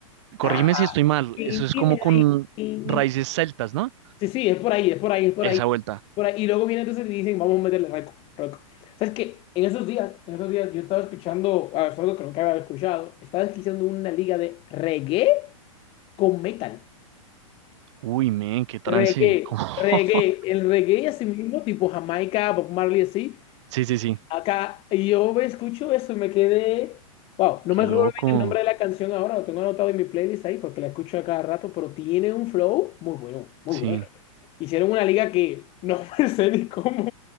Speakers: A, on the right (about 55°); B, on the left (about 30°).
A: corrígeme
B: Ah,
A: si estoy mal,
B: tin,
A: eso es
B: tin,
A: como con
B: tin, tin,
A: raíces
B: tin.
A: celtas, ¿no?
B: Sí, sí, es por ahí, es por ahí, es por
A: Esa
B: ahí,
A: vuelta.
B: por ahí. Y luego vienen entonces y dicen, vamos a meterle rock, rock. ¿Sabes qué? En esos días, en esos días yo estaba escuchando, ah, es algo que nunca había escuchado, estaba escuchando una liga de reggae con metal.
A: Uy, men, qué trance.
B: Reggae,
A: <laughs> como-
B: reggae, el reggae así mismo, tipo Jamaica, Bob Marley así
A: Sí, sí, sí.
B: Acá, y yo escucho eso y me quedé. Wow, no
A: Qué
B: me acuerdo
A: loco.
B: bien el nombre de la canción ahora, lo tengo anotado en mi playlist ahí porque la escucho a cada rato, pero tiene un flow muy bueno, muy
A: Sí,
B: bueno. Hicieron una liga que no <laughs> me sé ni cómo,